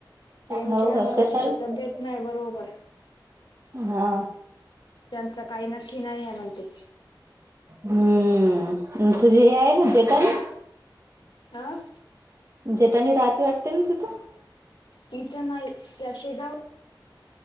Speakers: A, on the left; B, on the right.
A: यांच्या
B: हो का
A: भाऊजीची
B: कशाला
A: तब्येत नाही बरोबर.
B: हा.
A: त्यांच काही नक्की नाही आहे म्हणते.
B: हम्म तुझी हे आहे ना जेठाणी
A: आ?
B: जेटानी राती वाटते ना तिथं?
A: इथ नाही त्या शेगाव